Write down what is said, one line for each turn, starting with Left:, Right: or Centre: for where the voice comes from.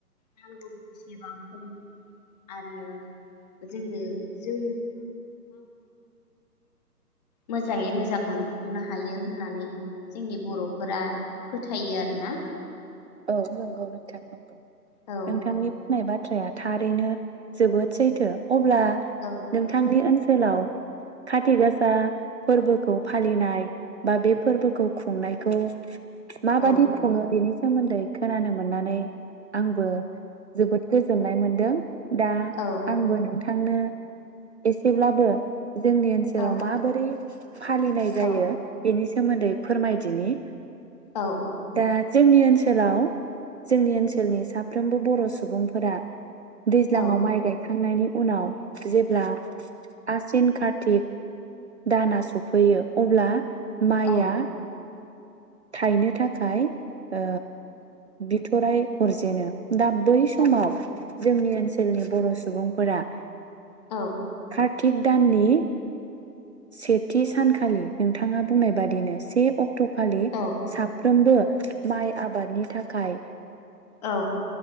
Left: नांगौ जेसेबांखौ आरो जोंङो जों मोजाङै मोजां मोनफुं सुफुंनो हायो होननानै जोंनि बर'फोरा फोथायो आरो ना।
Right: औ नंगौ नोंथां नंगौ
Left: औ
Right: नोंथांनि बुंनाय बा थ्राया थारैनो जोबोद सैथो। अब्ला
Left: औ
Right: नोंथांनि ओन सोलाव काति गासा फोरबोखौ फालिनाय बा बे फोरबोखौ खुंनायखौ माबादि
Left: औ
Right: खुङो बेनि सोमोन्दै खोनानो मोननानै आंबो जोबोद गोज जोननाय मोन्दों। दा
Left: औ
Right: आंबो नों थांनो एसेब्लाबो जोंनि ओनसोलाव
Left: औ
Right: माबोरै फालिनाय जायो
Left: औ
Right: बेनि सोमोन्दै फोरमायदिनि
Left: औ
Right: दा <inaudible> जोंनि ओनसोलाव जोंनि ओनसोलनि साफ्रोमबो बर' सुबुंफोरा दैज्लांआव
Left: औ
Right: माइ गायखांनायनि उनाव जेब्ला आसिन कार्तिक दाना सफैयो अब्ला माया
Left: औ
Right: थायनो थाखाय ओ बिथराय हरजेनो दा बै समाव
Left: औ
Right: जोंनि ओनसोलनि बर' सुबुंफोरा
Left: औ
Right: काटिक दाननि सेथि सानखालि नोंथाङा बुंनाय बादिनो से अक्ट ट' खालि
Left: औ
Right: साफ्रोमबो माइ आबादनि थाखाय
Left: औ